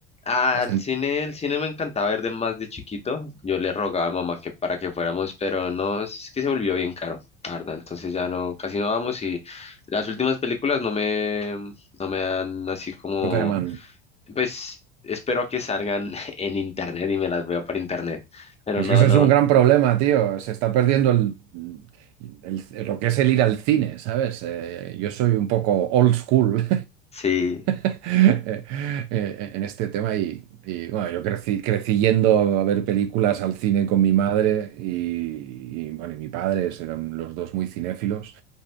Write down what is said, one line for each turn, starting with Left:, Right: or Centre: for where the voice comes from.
Left: Ah,
Right: La gente,
Left: el cine, el cine me encantaba ver de más de chiquito. Yo le rogaba a mamá que para que fuéramos, pero no, es que se volvió bien caro, la verdad. Entonces ya no, casi no vamos y las últimas películas no me, no me dan así como,
Right: no te llaman.
Left: pues espero a que salgan <laughs> en internet y me las veo por internet. Pero
Right: Es
Left: no,
Right: que ese
Left: no,
Right: es un gran problema, tío. Se está perdiendo el, el- lo que es el ir al cine, ¿sabes? Eh, yo soy un poco old school
Left: sí,
Right: <laughs> eh, eh, en este tema y, y, bueno, yo crecí, crecí yendo a ver películas al cine con mi madre y, y, bueno, y mi padre eran los dos muy cinéfilos